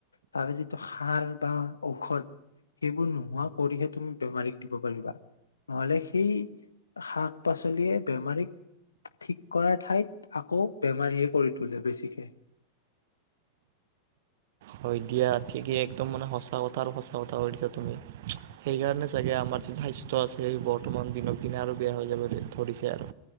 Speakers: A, on the left; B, on the right.
A: তাৰে যিটো সাৰ বা ঔষধ সেইবোৰ নোহোৱা কৰিহে তুমি বেমাৰীক দিব পাৰিবা নহ'লে সেই শাক-পাচলিয়ে বেমাৰীক ঠিক কৰা ঠাইত আকৌ বেমাৰীয়ে কৰি তোলে বেছিকে।
B: হয় দিয়া ঠিকেই একদম মানে সঁচা কথা আৰু সঁচা কথা কছা তুমি সেইকাৰণে চাগে আমাৰ যিটো স্বাস্থ্য আছে সেই বৰ্তমান দিনক দিনে আৰু বেয়া হৈ যাব ধৰিছে আৰু